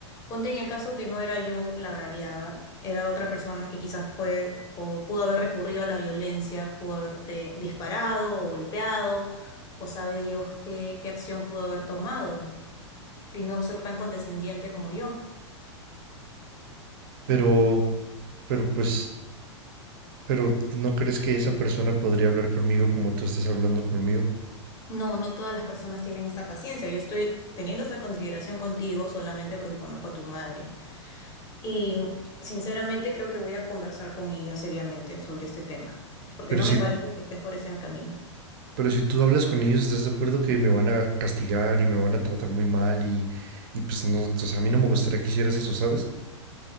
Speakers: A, on the left; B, on the right.
A: Ponte en el caso que no era yo la agraviada, era otra persona que quizás puede, o pudo haber recurrido a la violencia, pudo haberte disparado o golpeado, o sabe Dios qué, qué acción pudo haber tomado, y no ser tan condescendiente como yo.
B: Pero, pero pues, pero ¿no crees que esa persona podría hablar conmigo como tú estás hablando conmigo?
A: No, no todas las personas tienen esta paciencia. Yo estoy teniendo esta consideración contigo solamente porque conozco a tu madre. Y sinceramente creo que voy a conversar con ella seriamente sobre este tema, porque
B: Pero
A: no
B: si
A: me parece que estés por ese camino.
B: Pero si tú hablas con ellos, ¿estás de acuerdo que me van a castigar y me van a tratar muy mal? Y, y pues no, o sea, a mí no me gustaría que hicieras eso, ¿sabes?